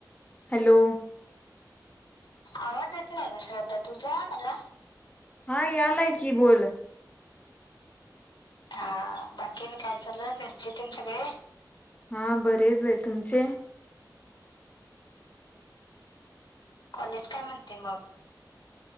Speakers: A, on the left; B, on the left.
A: हॅलो.
B: आवाज येतोय ना श्रद्धा तुझा मला?
A: हा यालाय की बोल.
B: हा बाकी आणि काय चालू आहे, घरचे तेन सगळे?
A: हा बरे आहेत बाई. तुमचे?
B: कॉलेज काय म्हणते मग